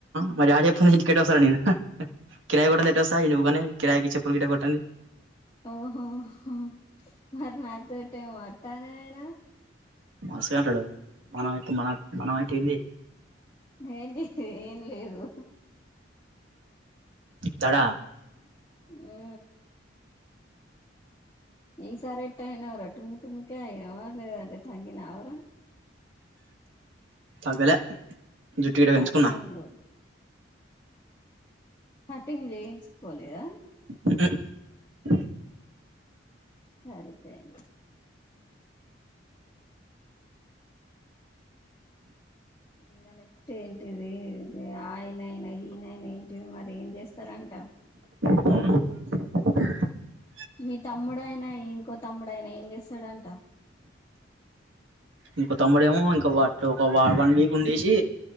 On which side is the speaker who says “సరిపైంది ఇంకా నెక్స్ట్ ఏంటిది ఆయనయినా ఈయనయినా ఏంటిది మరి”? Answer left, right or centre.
Left